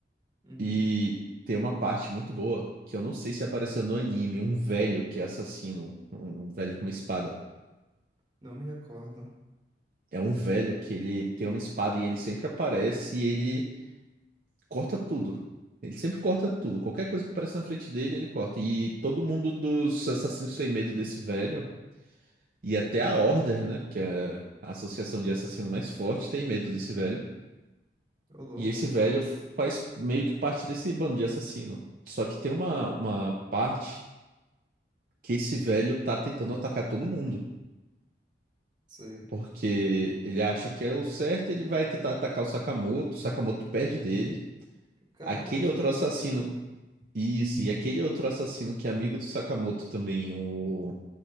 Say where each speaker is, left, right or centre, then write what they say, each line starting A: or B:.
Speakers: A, on the right; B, on the right.
A: Uhum.
B: E tem uma parte muito boa, que eu não sei se apareceu no anime, um velho que é assassino, um velho com uma espada.
A: Não me recordo.
B: É um velho que ele tem uma espada e ele sempre aparece e ele corta tudo. Ele sempre corta tudo. Qualquer coisa que aparece na frente dele, ele corta. E todo mundo dos assassinos tem medo desse velho. E até a Order, né? Que é a associação de assassino mais forte, tem medo desse velho.
A: Ô, louco.
B: E esse velho faz meio que parte desse bando de assassino. Só que tem uma, uma parte que esse velho tá tentando atacar todo mundo.
A: Sei.
B: Porque ele acha que é o certo, ele vai tentar atacar o Sakamoto. O Sakamoto perde dele.
A: Caramba,
B: Aquele
A: o Sakamoto
B: outro assassino
A: perdeu.
B: Isso, e aquele outro assassino que é amigo do Sakamoto também, o...